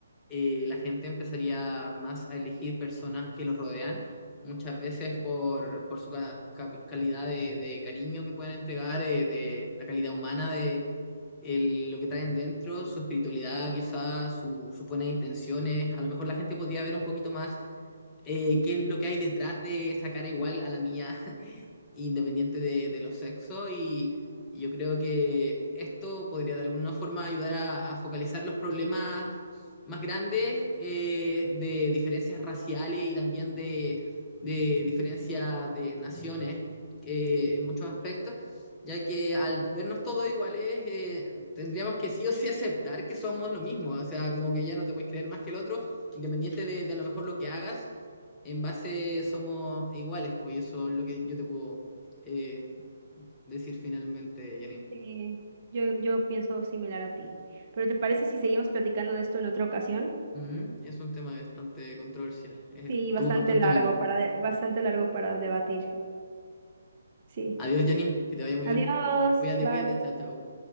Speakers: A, on the left; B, on the right.
A: eh, la gente empezaría más a elegir personas que los rodean, muchas veces por, por su ca- ca- calidad de, de cariño que pueden entregar, eh, de la calidad humana de el- lo que traen dentro, su espiritualidad quizás, su- sus buenas intenciones. A lo mejor la gente podría ver un poquito más eh, qué es lo que hay detrás de esa cara igual a la mía independiente de, de los sexos y, y yo creo que esto podría de alguna forma ayudar a, a focalizar los problemas más grandes eh, de diferencias raciales y también de, de diferencias de naciones eh, en muchos aspectos, ya que al vernos todos iguales eh, tendríamos que sí o sí aceptar que somos lo mismo, o sea, como que ya no te puedes creer más que el otro, independiente de, de a lo mejor lo que hagas, en base somos iguales, pues y eso es lo que yo te puedo eh, decir finalmente, Janine.
B: Sí, yo, yo pienso similar a ti. Pero ¿te parece si seguimos platicando de esto en otra ocasión?
A: Mm, es un tema bastante controversial. Estuvo
B: Sí, bastante
A: bastante
B: largo
A: bueno.
B: para de- bastante largo para debatir. Sí.
A: Adiós, Janine, que te vaya muy
B: Adiós,
A: bien. Cuídate,
B: bye.
A: cuídate, chao, chao.